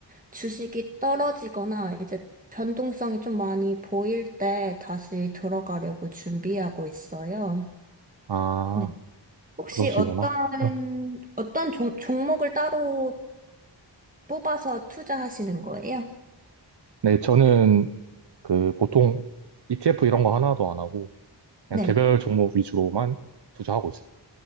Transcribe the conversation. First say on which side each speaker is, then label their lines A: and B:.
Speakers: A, on the right (about 20°); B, on the right (about 65°).
A: 주식이 떨어지거나 이제 변동성이 좀 많이 보일 때 다시 들어가려고 준비하고 있어요.
B: 아,
A: 네. 혹시
B: 그러시구나.
A: 어떤
B: 그럼,
A: 어떤 종, 종목을 따로 뽑아서 투자하시는 거예요?
B: 네, 저는 그 보통 ETF 이런 거 하나도 안 하고 그냥
A: 네.
B: 개별 종목 위주로만 투자하고 있습니다.